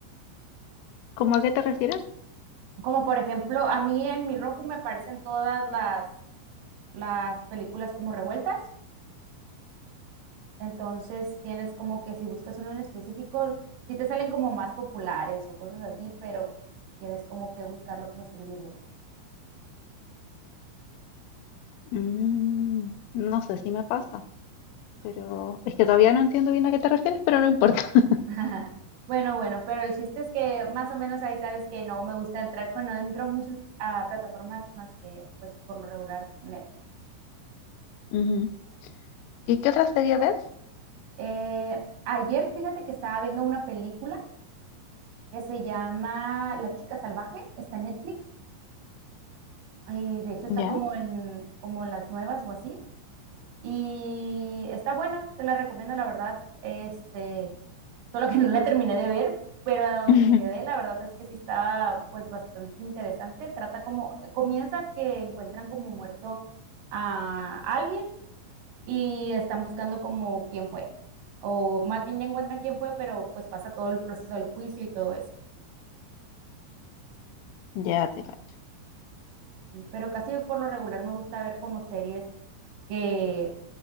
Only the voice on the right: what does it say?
Como por ejemplo, a mí en mi Roku me aparecen todas las, las películas como revueltas. Entonces tienes como que si buscas uno en específico, sí te salen como más populares o cosas así, pero tienes como que buscarlo, como escribirlo.
<laughs> Bueno, bueno, pero el chiste es que más o menos ahí sabes que no me gusta entrar, cuando entro a muchas ah, plataformas más que pues por lo regular Netflix.
Eh, ayer fíjate que estaba viendo una película que se llama La chica salvaje, está en Netflix y de hecho está
como en como en las nuevas o así y está buena, te la recomiendo la verdad. Este, solo que no la terminé de ver, pero a donde
me quedé, la verdad es que sí está pues bastante interesante. Trata como, comienza que encuentran como muerto a alguien y están buscando como quién fue. O más bien ya encuentran quién fue, pero pues pasa todo el proceso del juicio y todo eso.
Sí, pero casi por lo regular me gusta ver como series que